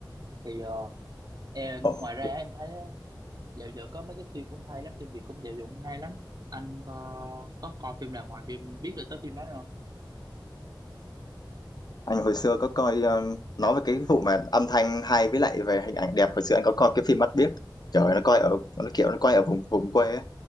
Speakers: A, on the right; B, on the left.
A: thì ờ, Ê,
B: ồ.
A: ngoài ra em thấy ờ, dạo giờ có mấy cái phim cũng hay lắm phim Việt cũng dạo giờ cũng hay lắm anh có có coi phim nào ngoài phim biết được tới phim đó không
B: anh hồi xưa có coi ờ, nói về cái vụ mà âm thanh hay với lại về hình ảnh đẹp hồi xưa anh có coi cái phim Mắt Biếc trời ơi, nó coi ở nó kiểu nó quay ở vùng vùng quê á.